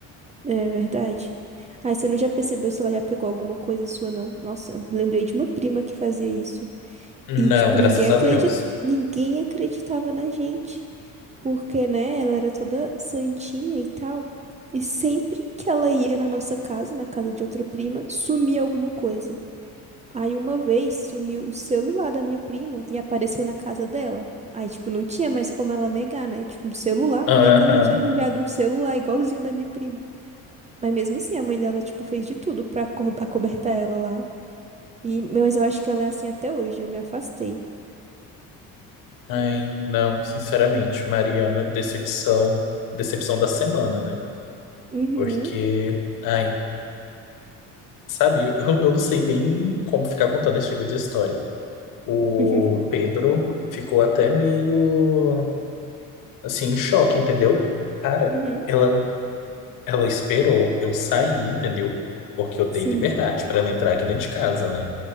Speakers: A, on the right (about 20°); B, on the left (about 65°).
A: É verdade. Ai, você não já percebeu se ela já pegou alguma coisa sua, não? Nossa, eu lembrei de uma prima que fazia isso.
B: Não,
A: E, tipo,
B: graças
A: ninguém acredit...
B: a Deus.
A: ninguém acreditava na gente. Porque, né, ela era toda santinha e tal. E sempre que ela ia na nossa casa, na casa de outra prima, sumia alguma coisa. Aí uma vez sumiu o celular da minha prima e apareceu na casa dela. Aí, tipo, não tinha mais como ela negar, né? Tipo, um celular.
B: Aham.
A: Como é que ela tinha arranjado um celular igualzinho da minha prima? Mas mesmo assim, a mãe dela, tipo, fez de tudo pra acor- acobertar ela lá. E, mas eu acho que ela é assim até hoje. Eu me afastei.
B: Ai, não, sinceramente, Mariana, decepção, decepção da semana, né?
A: Uhum.
B: Porque, ai, sabe, eu, eu não sei nem como ficar contando esse tipo de história. O
A: <laughs>
B: Pedro ficou até meio, assim, em choque, entendeu? Cara,
A: Uhum.
B: ela, ela esperou eu sair, entendeu? Porque eu dei
A: Sim.
B: liberdade para ela entrar aqui dentro de casa, né?